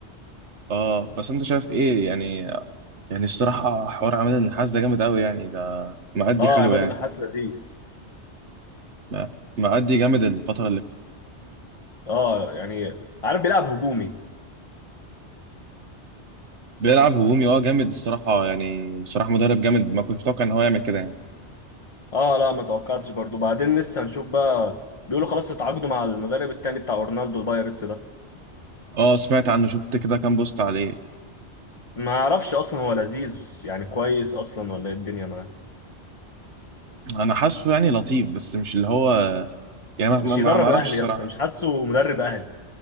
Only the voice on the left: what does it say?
اه
عماد
النحاس لذيذ
اه يعني عارف بيلعب هجومي
اه لا ما توقعتش برضه بعدين لسه هنشوف بقى بيقولوا خلاص اتعاقدوا مع المدرب التاني بتاع اورنالدو البايرتس ده
ما اعرفش اصلا هو لذيذ يعني كويس اصلا ولا ايه الدنيا معاه
مش
يدرب
اهلي
يا اسطى مش حاسه مدرب اهلي